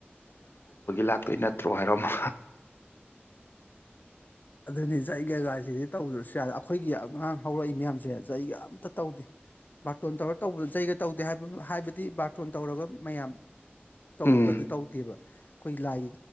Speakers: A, on the left (about 65°); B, on the left (about 50°).
A: ꯂꯥꯛꯇꯣꯏ ꯅꯠꯇ꯭ꯔꯣ ꯍꯥꯏꯔꯝꯃꯣ
B: ꯑꯗꯨꯅꯤꯁꯦ ꯖꯩꯒ ꯒꯥꯏꯁꯤꯗꯤ ꯇꯧꯗ꯭ꯔꯁꯨ ꯌꯥꯔꯦ ꯑꯩꯈꯣꯏꯒꯤ ꯑꯉꯥꯡ ꯍꯧꯔꯛꯏ ꯃꯌꯥꯝꯁꯦ ꯖꯩꯒ ꯑꯝꯇ ꯇꯧꯗꯦ ꯕꯥꯇꯣꯟ ꯇꯧꯔ ꯇꯧꯕꯗꯨ ꯖꯩꯒ ꯇꯧꯗꯦ ꯍꯥꯏꯕ ꯍꯥꯏꯕꯗꯤ ꯕꯥ ꯭ꯇꯔꯣꯟ ꯇꯧꯔꯕ ꯃꯌꯥꯝ ꯇꯧꯕꯗꯣ
A: ꯎꯝ
B: ꯑꯗꯨ ꯇꯧꯗꯦꯕ ꯑꯩꯈꯣꯏꯒꯤ ꯂꯥꯏꯒꯤ